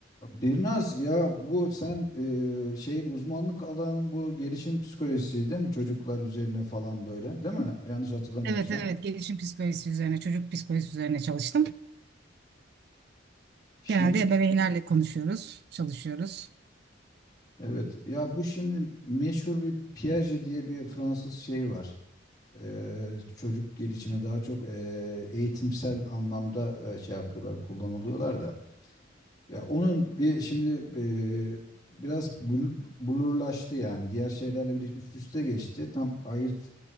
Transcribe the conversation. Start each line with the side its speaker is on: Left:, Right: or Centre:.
Left: Birnaz ya bu sen e, şeyin uzmanlık alanın bu gelişim psikolojisi değil mi? Çocuklar üzerine falan böyle değil mi? Yanlış hatırlamıyorsam.
Right: Evet evet gelişim psikolojisi üzerine, çocuk psikolojisi üzerine çalıştım.
Left: Şimdi
Right: Genelde ebeveynlerle konuşuyoruz, çalışıyoruz.
Left: evet ya bu şimdi meşhur bir Piaget diye bir Fransız şeyi var. E, çocuk gelişimi daha çok e, eğitimsel anlamda e, şey yapıyorlar, kullanılıyorlar da. Ya onun bir şimdi e, biraz bul- bulurlaştı yani diğer şeylerle bir üst üste geçti. Tam ayırt